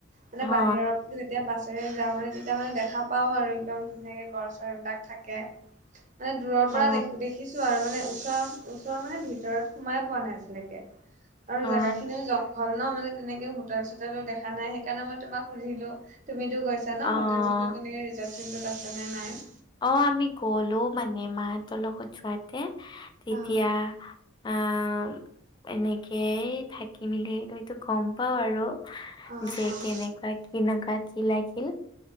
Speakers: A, on the right; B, on the left.
A: মানে
B: অ
A: বাহিৰত। যেতিয়া বাছে যাওঁ মানে তেতিয়া মানে দেখা পাওঁ আৰু একদম ধুনীয়াকে গড়-চৰ বিলাক থাকে। মানে দূৰৰ পৰা
B: অ
A: দেখি দেখিছো আৰু। মানে - ওচৰ-ওচৰৰ মানে ভিতৰত সোমাই পোৱা নাই আজিলৈকে। আৰু
B: অ
A: জেগা খিনিও জং - ঘল ন, মানে তেনেকে হোটেল-চোটেলো দেখা নাই সেইকাৰণে মই তোমাক সুধিলো তুমিতো গৈছা। জানা ন
B: অ
A: হোটেল-চোটেল তেনেকে ৰিজাৰ্ভ-চিযাৰ্ভ আছেনে নাই।
B: অঁহ', আমি গ'লো মানে মাহঁতৰ লগত যোৱাত- মানে তেতিয়া
A: অ',
B: আঁহ এনেকেই থাকি মেলি হয়তো গম পাওঁ আৰু,
A: অ',
B: যে
A: অ',
B: কেনেকোৱা কি। এনেকোৱা কি লাগিল,